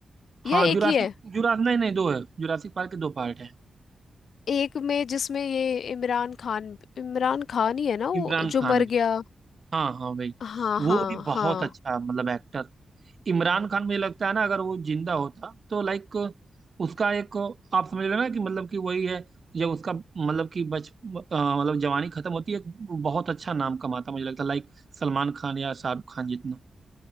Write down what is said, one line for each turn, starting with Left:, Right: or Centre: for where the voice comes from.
Right: हाँ
Left: या एक
Right: जुरासिक
Left: ही है
Right: जुरास नहीं नहीं दो है जुरासिक पार्क के दो पार्ट है
Left: एक में जिसमें ये इमरान खान इमरान खान ही है ना वो
Right: इमरान
Left: जो
Right: खान
Left: मर गया
Right: हाँ हाँ भाई
Left: हाँ
Right: वो
Left: हाँ
Right: भी बहुत
Left: हाँ
Right: अच्छा मतलब एक्टर इमरान खान मुझे लगता है ना अगर वो जिंदा होता तो लाइक उसका एक आप समझ रहे हो ना कि मतलब कि वही है जब उसका मतलब कि बच अ, मतलब जवानी खत्म होती है एक बहुत अच्छा नाम कमाता मुझे लगता है लाइक सलमान खान या शाहरुख खान जितना